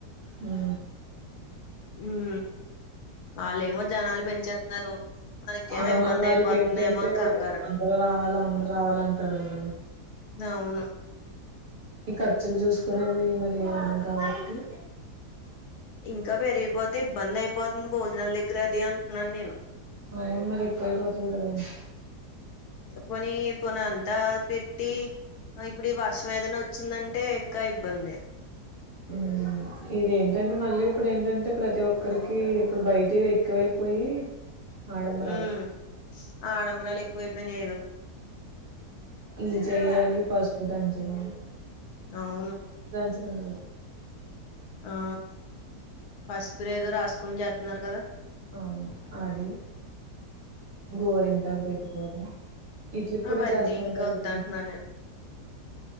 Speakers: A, on the right (about 35°); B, on the left (about 70°).
A: హు
B: ఉమ్ వాళ్ళుమో జనాలు పెంచేస్తున్నారు మనకేమో
A: అ
B: ఇబ్బంది
A: వాళ్ళకెంటంటే
B: అయిపోతుందేమో అని కంగారు
A: అందరు రావాల అందరు రావాలంటారండి
B: అవును
A: ఈ ఖర్చులు చూసుకునేది మరి మనం కాబట్టి
B: ఇంకా పెరిగిపోతే ఇబ్బంది అయిపోతుంది భోజనాల దగ్గర అది అంటున్నాను నేను
A: అవున్ మరి ఎక్కువైపోతది కదాండి
B: పొని పొన అంతా పెట్టి ఇప్పుడు ఈ వర్షం ఏదైనా వచ్చిందంటే ఇంక ఇబ్బందే
A: హ్మ్ ఇదేంటంటే మళ్ళీ ఇప్పుడు ఏంటంటే ప్రతి ఒక్కరికి ఇప్పుడు బయటివి ఎక్కువైపోయి ఆడంబరాలు
B: ఉమ్ ఆడంబరాలు ఎక్కువైపోయినై
A: ఇ చెయ్యాలి పసుపు దంచడం
B: అవును
A: చికన్ <unintelligible>
B: ఆ పసుపు రెదో రాసుకుని చేత్తున్నారు కదా
A: అవును అది గోరింటాకు పెట్టుకోవడం ఇడ్లీ కూడా
B: అవన్నీ
A: చేస్తున్నారు
B: ఇంకా
A: కదా
B: వద్దంటున్నాను
A: ఇప్పుడు
B: నేను